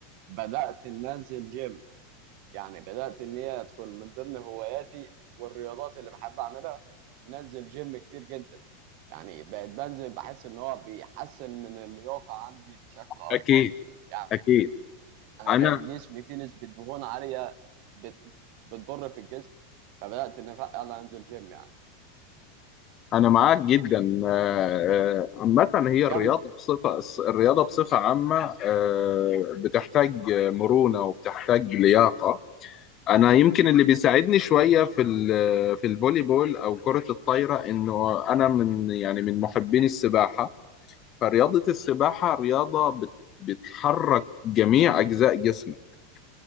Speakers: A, on the right; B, on the left.
A: بدات ان انزل جيم يعني بدات ان هي تكون من ضمن هواياتي والرياضات اللي بحب اعملها ان انزل جيم كتير جدا يعني بقيت بنزل بحس ان هو بيحسن من اللياقه عندي بشكل اكبر
B: اكيد
A: يعني
B: اكيد
A: يعني
B: انا
A: لو جسمي فيه نسبة دهون عالية بت... بتضر في الجسم فبدأت إن فعلا أنزل جيم يعني
B: انا معاك جدا آه، آه، عامة هي الرياضة
A: كمل
B: بصفة الرياضة بصفة عامة آه، بتحتاج مرونة وبتحتاج لياقة انا يمكن اللي بيساعدني شويه في ال- في الفولي بول او كره الطايره انه انا من يعني من محبين السباحه فرياضة السباحة رياضة بت- بتحرك جميع أجزاء جسمك